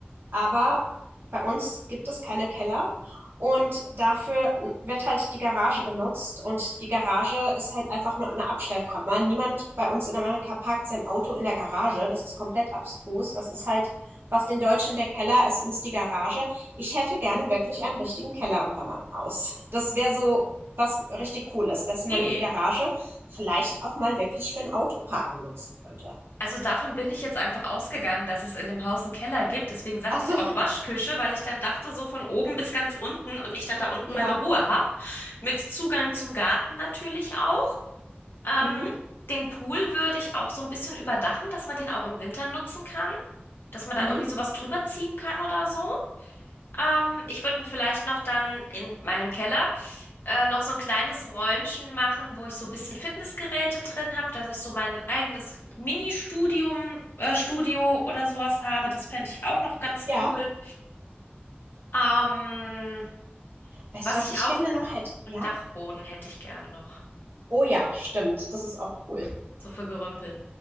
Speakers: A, on the right; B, on the left.
A: aber bei uns gibt es keine Keller und dafür wird halt die Garage genutzt und die Garage ist halt einfach nur eine Abstellkammer. Niemand bei uns in Amerika parkt sein Auto in der Garage. Das ist komplett abstrus. Das ist halt, was den Deutschen der Keller ist, uns die Garage. Ich hätte gerne wirklich einen richtigen Keller unter meinem Haus. Das wäre so was richtig Cooles, dass man
B: Okay,
A: die Garage vielleicht auch mal wirklich für ein Autoparken nutzen könnte.
B: Also davon bin ich jetzt einfach ausgegangen, dass es in dem Haus einen Keller gibt. Deswegen sagte
A: Also,
B: ich auch Waschküche, weil ich dann dachte, so von oben bis ganz unten und ich dann da unten
A: ja,
B: meine Ruhe habe. Mit Zugang zum Garten natürlich auch. Ähm,
A: mhm,
B: den Pool würde ich auch so ein bisschen überdachen, dass man den auch im Winter nutzen kann. Dass man da
A: mhm,
B: irgendwie sowas drüber ziehen kann oder so. Ähm, ich würde mir vielleicht noch dann in meinem Keller äh, noch so ein kleines Räumchen machen, wo ich so ein bisschen Fitnessgeräte drin habe, dass ich so mein eigenes Mini-Studium, äh, Studio oder sowas habe. Das fände ich auch noch ganz
A: ja.
B: cool. Ähm,
A: Weißt
B: was
A: du, was
B: ich
A: ich
B: auch,
A: gerne noch hätte?
B: einen
A: Ja?
B: Dachboden hätte ich gern noch.
A: Oh ja, stimmt. Das ist auch cool.
B: So für Gerümpel.